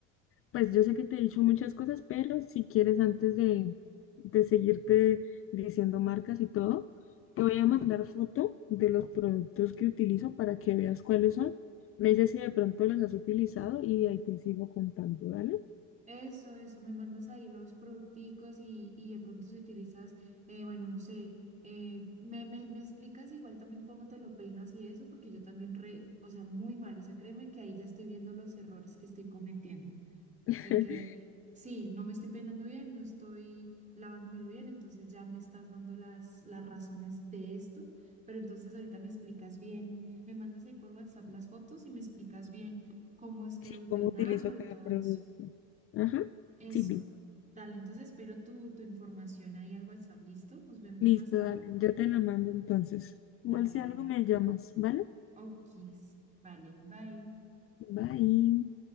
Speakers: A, on the left (about 40°); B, on the right (about 20°).
A: Pues yo sé que te he dicho muchas cosas, pero si quieres, antes de, de seguirte diciendo marcas y todo, te
B: Sí.
A: voy a mandar foto de los productos que utilizo para que veas cuáles son. Me dices si de pronto los has utilizado y de ahí te sigo contando, ¿dale?
B: Eso, eso. Me mandas ahí los producticos y, y de pronto si utilizas, eh, bueno, no sé, eh, me, me, me explicas igual también cómo te lo peinas y eso, porque yo también re, o sea, muy mal. O sea, créeme que ahí ya estoy viendo los errores que estoy cometiendo.
A: <laughs>
B: de que sí, no me estoy peinando bien, no estoy lavándomelo bien, entonces ya me estás dando las, las razones de esto, pero entonces ahorita me explicas bien, me mandas ahí por WhatsApp las fotos y me explicas bien cómo es que
A: Sí,
B: debo peinarlo
A: cómo utilizo cada
B: y todo
A: producto.
B: eso.
A: Ajá,
B: Eso.
A: sí, vi.
B: Dale, entonces espero tu, tu información ahí al WhatsApp, ¿listo? Nos vemos
A: Listo,
B: más tarde.
A: dale. Yo te la mando entonces. Igual
B: Dale,
A: si algo me llamas, ¿vale?
B: okis. Vale, bye.
A: Bye.